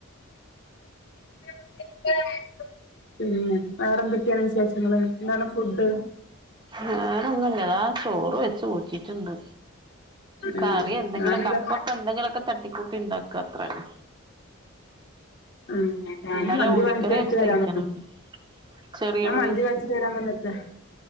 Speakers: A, on the left; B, on the right.
A: <unintelligible> ഉം വേറെന്തൊക്കെണ് വിശേഷങ്ങള് എന്താണ് ഫുഡ്‌.
B: വേറെ ഒന്നുല്ല ദാ ചോർ വെച്ച ഊറ്റിട്ട് ണ്ട്
A: ഉം
B: കറി എന്തെങ്കിലും
A: ഞാനിതാ
B: ഒക്കെ അപ്പപ്പ എന്തെങ്കിലും ഒക്കെ തട്ടിക്കൂട്ടി ണ്ടാക്കാ അത്ര ന്നെ
A: <unintelligible>
B: ഇന്നലെ ഉള്ളിക്കറി
A: <inaudible>
B: വെച്ചത് ഇരിക്കണുണ്ട് ചെറിയുള്ളി
A: ഞാൻ മന്തി വാങ്ങിച്ചിട്ട് വരാന്ന് <unintelligible>